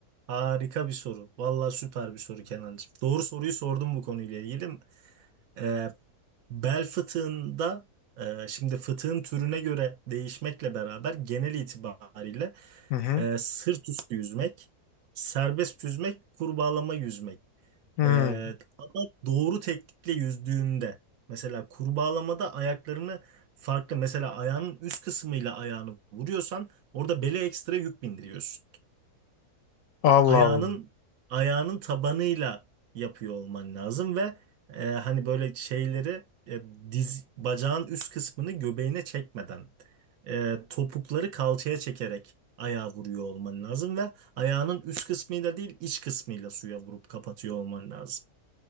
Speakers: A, on the right; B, on the left.
A: Harika bir soru. Vallahi süper bir soru Kenancığım. Doğru soruyu sordum bu konuyla ilgili. Ee, bel fıtığında e, şimdi fıtığın türüne göre değişmekle beraber genel itibariyle
B: Hı hı.
A: E, sırt üstü yüzmek, serbest yüzmek, kurbağalama yüzmek.
B: Hı.
A: E, ama doğru teknikle yüzdüğünde mesela kurbağalamada ayaklarını farklı mesela ayağının üst kısmıyla ayağını vuruyorsan orada bele ekstra yük bindiriyorsun
B: Allah
A: ayağının
B: Allah.
A: ayağının tabanıyla yapıyor olman lazım ve e, hani böyle şeyleri e, diz bacağın üst kısmını göbeğine çekmeden e, topukları kalçaya çekerek ayağa vuruyor olman lazım ve ayağının üst kısmıyla değil iç kısmıyla suya vurup kapatıyor olman lazım.